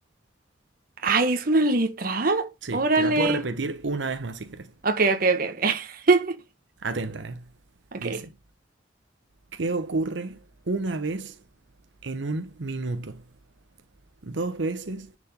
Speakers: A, on the right (about 50°); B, on the right (about 70°).
A: Ay, ¿es una letra?
B: Sí,
A: Órale.
B: te la puedo repetir una vez más si querés.
A: Ok, ok, ok, ok. <laughs>
B: Atenta, ¿eh? Dice,
A: Ok.
B: ¿qué ocurre una vez en un minuto? Dos veces